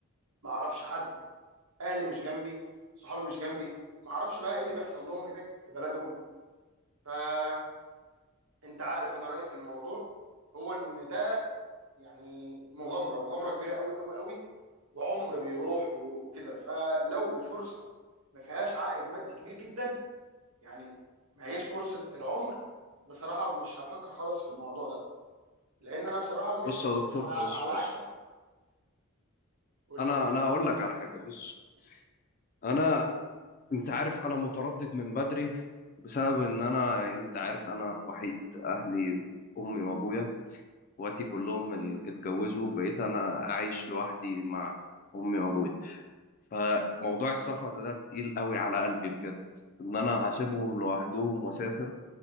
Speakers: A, on the right; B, on the left.
A: ما اعرفش حد اهلي مش جنبي صحابي مش جنبي ما اعرفش بقى ايه اللي بيحصل لهم هناك في بلدهم فانت عارف انا رايي في الموضوع هو ان ده يعني مغامره مغامره كبيره قوي قوي قوي وعمر بيروح و- وكده فلو الفرصه ما فيهاش عائد مادي كبير جدا يعني ما هيش فرصه العمر بصراحه مش هفكر خالص في الموضوع ده لان انا بصراحه م...
B: بص يا دكتور
A: على
B: بص
A: على عكسك
B: بص
A: قول
B: أنا
A: لي انا معاك
B: أنا هقول لك على حاجة بص انا انت عارف انا متردد من بدري بسبب ان انا يعني انت عارف انا وحيد اهلي امي وابويا اخواتي كلهم اللي اتجوزوا بقيت انا عايش لوحدي مع امي وابويا فموضوع السفر ده تقيل قوي على قلبي بجد ان انا هسيبهم لوحدهم واسافر